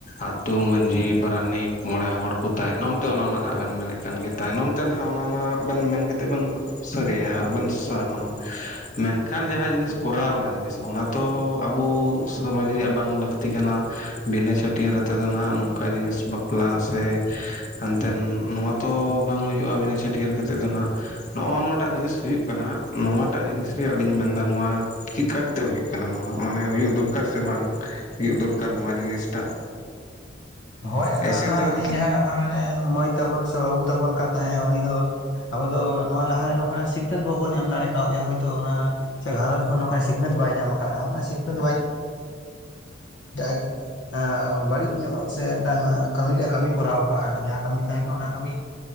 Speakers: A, on the left; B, on the left.
A: ᱟᱛᱩ ᱢᱟᱺᱡᱷᱤ ᱯᱟᱨᱟᱱᱤᱠ ᱢᱚᱬᱮ ᱦᱚᱲ ᱠᱚ ᱛᱟᱭᱱᱚᱢ ᱛᱮ ᱚᱱᱟ ᱢᱟ ᱱᱟᱦᱟᱜ ᱵᱮᱱ ᱢᱮᱱᱮᱜ ᱠᱟᱱ ᱜᱮ ᱛᱟᱭᱱᱚᱢ ᱛᱮ ᱱᱟᱦᱟᱜ ᱚᱱᱟ ᱢᱟ ᱵᱮᱱ ᱢᱮᱱ ᱠᱮᱛᱮᱜ ᱵᱮᱱ ᱥᱟᱹᱨᱤᱭᱟ ᱦᱟᱸᱜ ᱵᱮᱱ ᱥᱟᱢᱟᱝ ᱢᱮᱱᱠᱷᱟᱱ ᱡᱟᱦᱟᱸ ᱡᱤᱱᱤᱥ ᱠᱚᱨᱟᱣᱱᱟ ᱡᱤᱱᱤᱥ ᱚᱱᱟ ᱛᱚ ᱟᱵᱚ ᱥᱚᱢᱟᱡᱽ ᱨᱮᱭᱟᱜ ᱵᱟᱝ ᱞᱟᱹᱠᱛᱤ ᱠᱟᱱᱟ᱾ ᱵᱤᱱᱟᱹ ᱪᱷᱟᱹᱴᱤᱭᱟᱹᱨ ᱟᱛᱮᱜ ᱫᱚ ᱱᱟᱦᱟᱜ ᱱᱚᱝᱠᱟ ᱡᱤᱱᱤᱥ ᱵᱟᱯᱞᱟ ᱥᱮ ᱮᱱᱛᱮᱱ ᱱᱚᱣᱟ ᱛᱚ ᱵᱟᱝ ᱦᱩᱭᱩᱜᱼᱟ ᱵᱤᱱᱟ ᱪᱷᱟᱹᱴᱤᱭᱟᱹᱨ ᱠᱟᱛᱮᱜ ᱫᱚ ᱱᱟᱦᱟᱜ ᱱᱚᱜᱼᱚ ᱱᱚᱣᱟᱴᱟᱜ ᱡᱤᱱᱤᱥ ᱦᱩᱭᱩᱜ ᱠᱟᱱᱟ ᱱᱚᱣᱟᱴᱟᱜ ᱡᱤᱱᱤᱥ ᱨᱮᱭᱟᱜ ᱞᱤᱧ ᱢᱮᱱᱫᱟ ᱱᱚᱣᱟ ᱪᱮᱜᱠᱟ ᱠᱟᱛᱮᱜ ᱦᱩᱭᱩᱜ ᱠᱟᱱᱟ ᱱᱚᱣᱟ ᱢᱟᱱᱮ ᱦᱩᱭᱩᱜ ᱫᱚᱨᱠᱟᱨ ᱥᱮ ᱵᱟᱝ ᱦᱩᱭᱩᱜ ᱫᱚᱨᱠᱟᱨ ᱱᱚᱣᱟ ᱡᱤᱱᱤᱥᱴᱟᱜ
B: ᱦᱳᱭ ᱟᱫᱚ
A: ᱮᱭᱥᱮᱛᱮᱢ
B: ᱫᱚ ᱦᱟᱸᱜ ᱩᱱᱤ ᱡᱟᱦᱟᱸᱭ ᱟᱵᱚᱨᱮᱱ ᱢᱟᱹᱭ ᱛᱟᱵᱚᱱ ᱥᱮ ᱵᱟᱹᱵᱩ ᱛᱟᱵᱚᱱ ᱠᱟᱱ ᱛᱟᱦᱮᱸᱜ ᱮᱸ ᱩᱱᱤ ᱫᱚ ᱟᱵᱚ ᱫᱚ ᱱᱚᱣᱟ ᱞᱟᱦᱟᱨᱮ ᱱᱚᱝᱠᱟᱱᱟᱜ ᱥᱤᱠᱷᱱᱟᱹᱛ ᱵᱟᱵᱚᱱ ᱮᱢ ᱫᱟᱲᱮ ᱠᱟᱣᱫᱮᱭᱟ ᱦᱳᱭᱛᱳ ᱚᱱᱟ ᱥᱮ ᱜᱷᱟᱨᱚᱸᱡᱽ ᱠᱷᱚᱱ ᱱᱚᱝ ᱠᱟ ᱥᱤᱠᱷᱱᱟᱹᱛ ᱵᱟᱭ ᱥᱤᱠᱷᱱᱟᱹᱛ <inaudible> <unintelligible> ᱦᱮ ᱵᱟᱹᱲᱤᱡ ᱧᱚᱜ ᱥᱮ ᱢᱤᱫᱴᱟᱝ ᱠᱟᱹᱢᱤ ᱨᱮᱭᱟᱜ ᱠᱟᱹᱢᱤ ᱠᱚᱨᱟᱣ ᱠᱟᱜᱼᱟ ᱡᱟᱦᱟᱸ ᱠᱟᱹᱢᱤ ᱛᱟᱦᱮᱸ ᱠᱟᱱᱟ ᱚᱱᱟ ᱠᱟᱹᱢᱤ